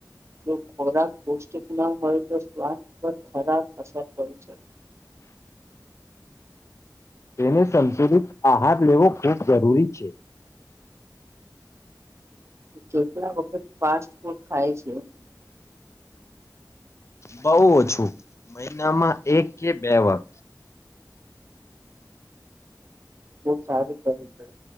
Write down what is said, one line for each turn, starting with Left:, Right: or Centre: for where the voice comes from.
Right: જો ખોરાક પૌષ્ટિક ના હોય તો સ્વાસ્થ્ય પર ખરાબ અસર થડી શકે.
Left: તેને સંતુલિત આહાર લેવો ખૂબ જરૂરી છે.
Right: કેટલા વખત ફાસ્ટ ફૂડ ખાય છે.
Left: બહુ ઓછું મહિનામાં એક કે બે વાર
Right: સારું કે છે